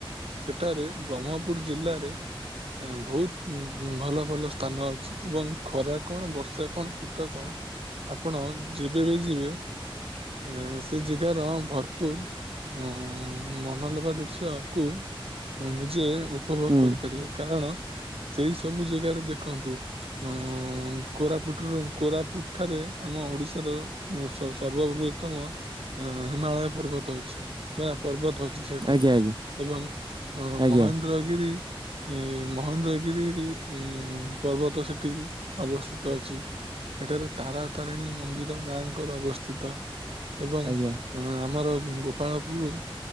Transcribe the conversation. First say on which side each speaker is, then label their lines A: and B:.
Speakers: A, on the right; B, on the right.
A: ସେଠାରେ ବ୍ରହ୍ମପୁର ଜିଲ୍ଲାରେ ବହୁତ ଭଲ ଭଲ ସ୍ଥାନ ଅଛି। ଏବଂ ଖରା କଣ ବର୍ଷା କଣ ଶୀତ କଣ ଆପଣ ଯେବେ ବି ଯିବେ ଏ ସେ ଜାଗାର ଭରପୁର ଉ ମନଲୋଭା ଦୃଶ୍ୟ କୁ ନିଜେ ଉପଭୋଗ
B: ହୁଁ
A: କରିପାରିବେ। କାରଣ ସେଇ ସବୁ ଜାଗାରେ ଦେଖନ୍ତୁ। ଅ କୋରାପୁଟରୁ କୋରାପୁଟ ଠାରେ ଆମ ଓଡିଶାର ଉଁ ସର୍ବବୃହତ୍ତମ ହିମାଳୟ ପର୍ବତ ଅଛି। ବା ପର୍ବତ ଅଛି ସେଠାରେ।
B: ଆଜ୍ଞା ଆଜ୍ଞା
A: ଏବଂ
B: ଆଜ୍ଞା।
A: ମହେନ୍ଦ୍ରଗିରି ଏ ମହେନ୍ଦ୍ରଗିରି ଉ ପର୍ବତ ସେଠି ଅବସ୍ଥିତ ଅଛି। ଏଠାରେ ତାରା ତାରିଣୀ ମନ୍ଦିର ମାଙ୍କର ଅବସ୍ଥିତ। ଏବଂ
B: ଆଜ୍ଞା
A: ଆମର ଗୋପାଳପୁର